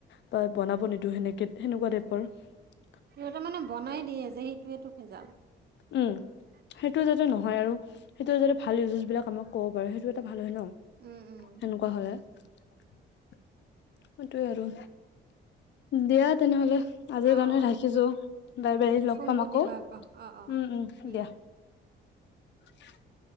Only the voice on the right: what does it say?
সিহঁতে মানে বনাই দিয়ে যে সেইটোোৱেইটো ভিজাল
<unintelligible>
উম উম,
অ',
অ',
ফোন
কৰিবা
অ', অ',
ঠিক আছে।